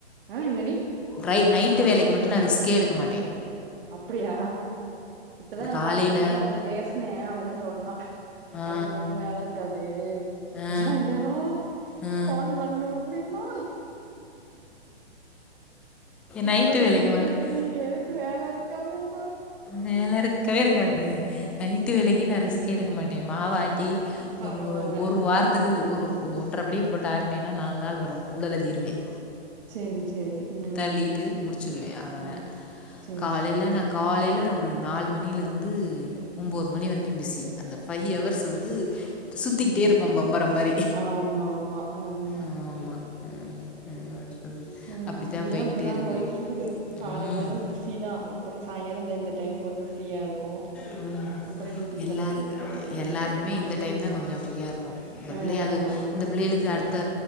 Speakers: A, on the right; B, in the centre.
A: ஆ என்னடி
B: ட்ரை நைட் நைட் வேளைக்கி மட்டு நா ரிஸ்க்கே எடுக்க மாட்டே.
A: அப்டியா இப்பதா இருந்தா
B: காலையில
A: அவள்ட்ட அதா பேஸ்னே. அவதா சொன்னா.
B: ஆ
A: அவளுக்கு ஒண்ணு வேல இருக்கா அது
B: ஆ
A: சாய்ங்காலோ
B: ஆ
A: ஃபோன் பண்ணு அப்டின்னா
B: நைட்டு
A: இப்பதா
B: வேலைக்கு
A: தெரியுது
B: மட்டும்
A: நீ எதுக்கு வேல இருக்காதுன்னு
B: வேல இருக் இருக்கவே இருக்காது நைட்டு
A: ம்
B: வேலைக்கி நா ரிஸ்கே எடுக்க மாட் டேய் மாவ ஆட் பத்தி
A: பரவால்ல
B: ஒரு ஒரு
A: ஆ
B: வாரத்துக்கு ஒரு ஒன்றபப்படி போட்டு ஆட்டினேன்னா நாலு நாள் வரும் உள்ள தள்ளிருவேன்
A: சேரி சேரி ம்
B: தள்ளிட்டு முடிச்சிருவேன் அவ்ளோதான்
A: ம் சேரி
B: காலையில
A: சேரி
B: நான் காலையில ஒரு நாலு மணியில இருந்து ஒன்பது மணி வரைக்கும் பிஸி அந்த பைவ் வர்ஸ் வந்து சுற்றிக்கிட்டே
A: பிசி
B: இருப்போம் பம்பரம் மாதிரி
A: ஆமா ஆமா அஹ்
B: ஆமாம் ஆமாம் என்ன பண்ணுறது
A: உஹம்
B: அப்படித்தான்
A: இங்கேயும்
B: போய்க்கிட்டே
A: இப்படித்தான்
B: இருக்கு
A: போயிட்டு இருக்குது காலையில
B: ம்,
A: பிஸி தான் அப்புறம் சாய்ங்காலம் இந்த இந்த டைம் கொஞ்சோ ஃப்ரீயா இருக்கு
B: உ
A: அப்றோ நீ டிஃபன்
B: எல்லாருக்கு
A: ரெடி பண்றதுக்கு
B: எல்லாருக்குமே
A: பிஸி
B: இந்த டைம் தான் கொஞ்சம் ஃப்ரீயா இருக்கும் இந்த
A: ஆ
B: பிள்ளை அது
A: ஆமா
B: இந்த பிள்ளைகளுக்கு அடுத்த